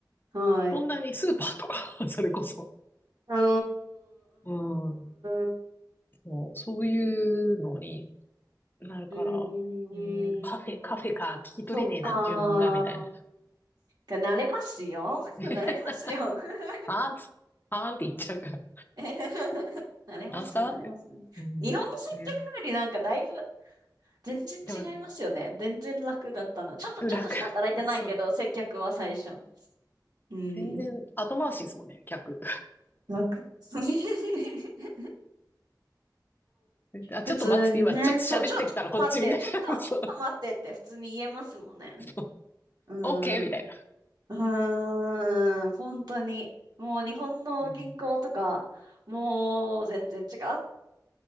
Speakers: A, on the right; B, on the left.
A: はい。
B: そんなにスーパーとか <laughs> それこそ、
A: うーん。
B: うん、
A: うーん
B: そう、そういうのになるから、
A: うんうんうん。
B: うん、カフェ、カフェか、聞き取れねえな、
A: そっか
B: 注文が、みたいな。
A: ー。慣れますよ。
B: <laughs>
A: <laughs> 慣れますよ。<laughs>
B: あーんつ、あーんって言っちゃうから。
A: えへへへ慣れます、
B: なんすかって。
A: 慣れます。
B: うん。
A: 日本の接客よりなんかだいぶ
B: ね。
A: 全然違いますよね。
B: でも、
A: 全然楽だったな。ちょっと、
B: 楽。
A: ちょっとしか働いてないけど、
B: <laughs> そう。
A: 接客は最初。うん。
B: 全然後回しですもんね、客。
A: 楽。<laughs>
B: <laughs> あ、
A: 普通にね。
B: ちょっと待ってて、今ちょっと喋ってっからこっちみたいな。
A: そう、ちょ、ちょっと待って、ちょっと、
B: <laughs> そう
A: ちょっと待ってって普通に言えますもんね。
B: そう。
A: うん。
B: OK? みたいな。
A: うーん、本当に。もう日本の銀行とか、
B: うん、
A: もう全然違